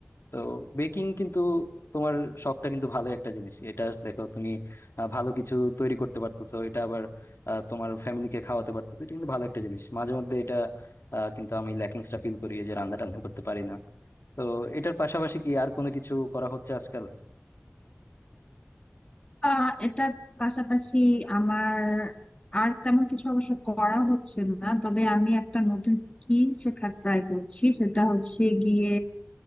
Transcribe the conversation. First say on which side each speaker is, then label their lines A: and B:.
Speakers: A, on the left; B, on the left.
A: তো বেকিং কিন্তু তোমার শখটা কিন্তু ভালো একটা জিনিস এটা দেখো তুমি আহ, ভালো কিছু তৈরি করতে পারতেছো এটা আবার আহ, তোমার ফ্যামিলিকে খাওয়াতে পারতেছো এটা কিন্তু ভালো একটা জিনিস মাঝে মধ্যে এটা আহ, কিন্তু আমি ল্যাকিংসটা ফিল করি এই যে রান্না টান্না করতে পারি না তো এটার পাশাপাশি কি আর কোনো কিছু করা হচ্ছে আজকাল
B: আহ এটার পাশাপাশি আমার আর তেমন কিছু অবশ্য করা হচ্ছে না তবে আমি একটা নতুন স্কিল শেখার ট্রাই করছি সেটা হচ্ছে গিয়ে